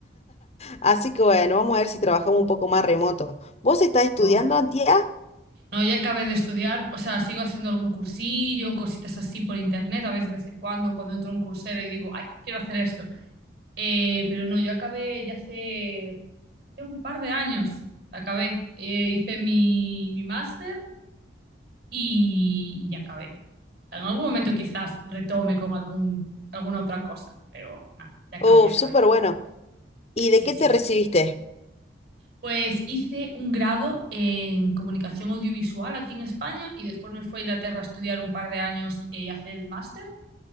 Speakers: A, on the left; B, on the right.
A: Así que bueno, vamos a ver si trabajamos un poco más remoto. ¿Vos estás estudiando,
B: Jo.
A: Antía?
B: No, ya acabé de estudiar, o sea, sigo haciendo algún cursillo, cositas así por internet, a veces de vez en cuando, cuando entro a un cursero y digo, ay, quiero hacer esto. Eh, pero no, yo acabé ya hace, hace ya un par de años, acabé. Eh, hice mi, mi máster y, y ya acabé. En algún momento quizás retome con algún, alguna otra cosa, pero nada, ya acabé,
A: Oh,
B: ya acabé.
A: súper bueno. ¿Y
B: Sí,
A: de qué
B: sí,
A: te recibiste?
B: sí. Pues hice un grado en comunicación audiovisual aquí en España y después me fui a Inglaterra a estudiar un par de años eh, y hacer el máster.